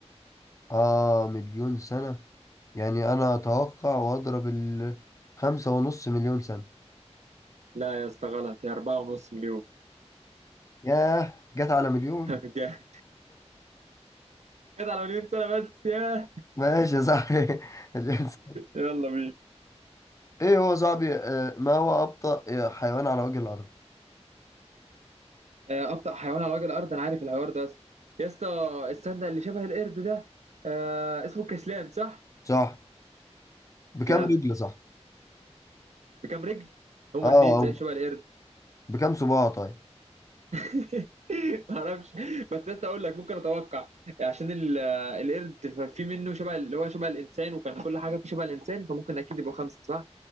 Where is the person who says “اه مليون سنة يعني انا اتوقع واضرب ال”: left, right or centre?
Left